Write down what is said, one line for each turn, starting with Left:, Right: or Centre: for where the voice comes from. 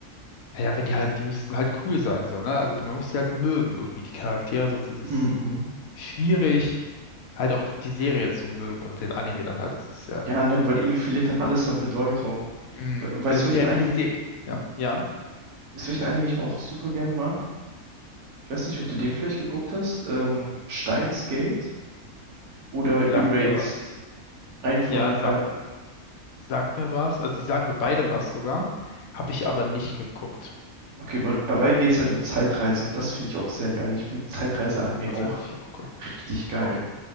Left: naja, wenn die halt, die müssen halt cool sein, so, ne? Also die, man muss die halt mögen irgendwie, die Charaktere, sonst ist es
Right: Mhm.
Left: schwierig, halt auch die Serie zu mögen oder den Anime dann halt. Das ist ja,
Right: Ja, ne, weil irgendwie verliert dann alles an Bedeutung.
Left: mhm,
Right: We- Weißt
Left: wenn es
Right: du, welchen
Left: dir,
Right: Anime,
Left: wenn es dir, ja, ja.
Right: weißt du, welchen Anime ich auch super gerne mag? Ich weiß nicht, ob du den vielleicht geguckt hast. Ähm, Steins Gate oder
Left: Sagt
Right: Erased.
Left: mir was.
Right: Einen von
Left: Ja,
Right: den
Left: sagt,
Right: beiden.
Left: sagt mir was. Also, die sagen mir beide was sogar. Habe ich aber nicht geguckt.
Right: Okay, weil bei beiden geht es halt um Zeitreisen. Das finde ich auch sehr geil. Ich finde Zeitreise-Anime
Left: Was
Right: auch
Left: haben sie auch, ge-
Right: richtig geil.
Left: auch